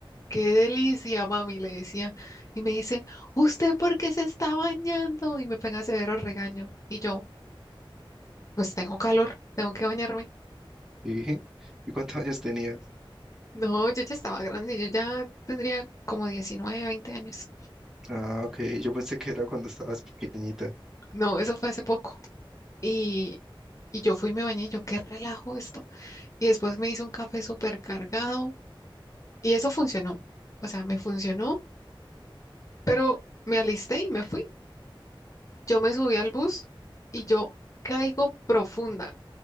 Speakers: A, on the left; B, in the centre.
A: qué delicia, mami, le decía. Y me dice, ¿usted por qué se está bañando? Y me pega severo regaño y yo, pues tengo calor, tengo que bañarme.
B: sí. ¿Y cuántos años tenías?
A: No, yo ya estaba grande, yo ya tendría como 19, 20 años.
B: Ah, ok, <laughs> yo pensé que era cuando estabas pequeñita.
A: No, eso fue hace poco. Y, y yo fui y me bañé, y yo qué relajo esto. Y después me hice un café súper cargado y eso funcionó. O sea, me funcionó, pero me alisté y me fui. Yo me subí al bus y yo caigo profunda,